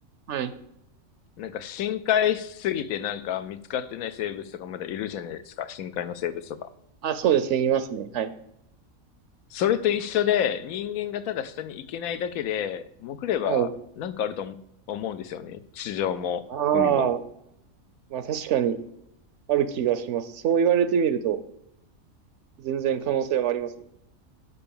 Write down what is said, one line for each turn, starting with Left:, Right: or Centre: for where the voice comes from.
Right: はい。
Left: なんか深海しすぎてなんか見つかってない生物とかまだいるじゃないですか。深海の生物とか。
Right: あ、そうですね。いますね。はい。
Left: それと一緒で、人間がただ下に行けないだけで、潜ればなんかあると思うんですよね。
Right: はい。
Left: 地上も海も。
Right: ああ、まあ確かに。ある気がします。そう言われてみると、全然可能性はありますね。